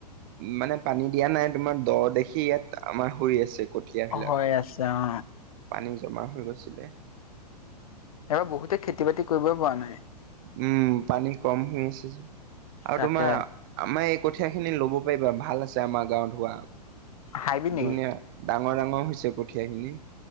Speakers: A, on the right; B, on the left.
A: মানে পানী দিয়া নাই তোমাৰ দ দেখি ইয়াত আমাৰ হৈ আছে কঠিয়
B: অ
A: বিিলাক
B: হৈ আছে অ
A: পানী জমা হৈ গৈছিলে
B: এবাৰ বহুতে খেতি বাতি কৰিবই পৰা নাই
A: উম পানী কম হৈ আছে যে আৰু
B: তাকে
A: তোমাৰ আমাৰ এই কঠীয়া খিনি ল'ব পাৰিবা ভাল আছে আমাৰ গাঁৱত হোৱা
B: হাইব্ৰীড নেকি?
A: ধুনীয়া ডাঙৰ ডাঙৰ হৈছে কঠীয়া খিনি